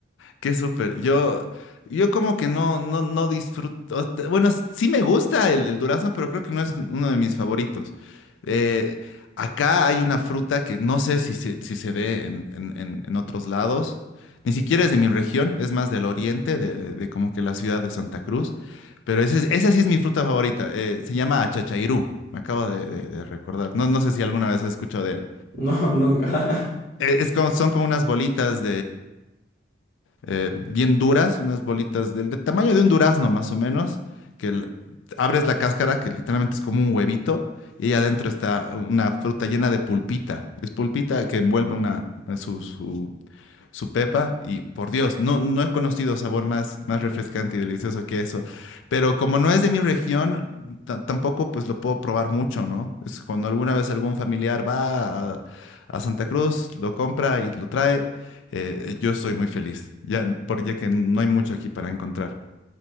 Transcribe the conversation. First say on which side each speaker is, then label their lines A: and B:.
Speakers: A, on the left; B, on the left.
A: Qué súper. Yo, yo como que no, no, no disfruto. Bueno, s- sí me gusta el, el durazno, pero creo que no es uno de mis favoritos. Eh, acá hay una fruta que no sé si se, si se ve en, en- en- en otros lados. Ni siquiera es de mi región, es más del oriente, de, de como que la ciudad de Santa Cruz. Pero ese es- esa sí es mi fruta favorita. eh, se llama achachairú. Me acabo de, de- de recordar. No, no sé si alguna vez has escuchado de él.
B: No, <laughs> nunca.
A: Eh, Es como, son como unas bolitas eh, bien duras, unas bolitas del, del tamaño de un durazno más o menos, que l- abres la cáscara, que literalmente es como un huevito, y ahí adentro está una fruta llena de pulpita. Es pulpita que envuelve una, su, su pepa y por Dios, no, no he conocido sabor más, más refrescante y delicioso que eso. Pero como no es de mi región, ta- tampoco pues lo puedo probar mucho, ¿no? Es cuando alguna vez algún familiar va a, a Santa Cruz, lo compra y lo trae, eh, yo soy muy feliz, ya, porque ya que no hay mucho aquí para encontrar.